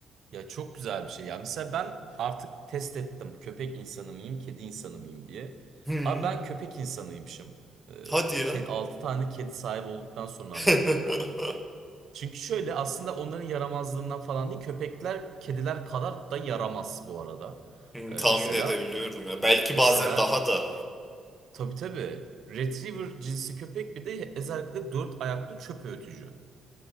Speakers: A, on the right (about 65°); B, in the centre.
A: Ya çok güzel bir şey. Ya mesela ben artık test ettim. Köpek insanı mıyım, kedi insanı mıyım diye.
B: Hı
A: Abi ben köpek insanıymışım. Ee,
B: hadi ya.
A: kedi, 6 tane kedi sahibi olduktan sonra
B: <laughs>
A: anladım bunu. Çünkü şöyle aslında onların yaramazlığından falan değil. Köpekler kediler kadar da yaramaz bu arada.
B: Hmm,
A: Ee,
B: tahmin
A: mesela
B: edebiliyorum ya. Belki
A: mesela
B: bazen daha da.
A: tabii tabii Retriever cinsi köpek bir de özellikle dört ayaklı çöp öğütücü.